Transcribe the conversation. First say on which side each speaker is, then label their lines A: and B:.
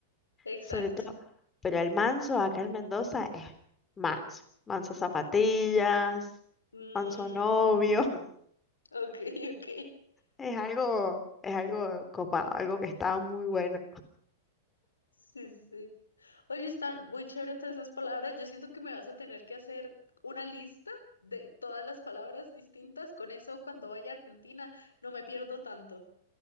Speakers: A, on the left (about 85°); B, on the left (about 20°).
A: exacto.
B: sobre todo. Pero el manso acá en Mendoza es manso, manso zapatillas,
A: Mm,
B: manso novio, <laughs>
A: ok, <laughs> ok.
B: es algo, es algo copado, algo que está muy bueno.
A: Sí, sí. sí. Oye, están muy chévere todas esas palabras. Yo siento que me vas a tener que hacer una lista de todas las palabras distintas. Con eso, cuando vaya a Argentina, no me pierdo tanto.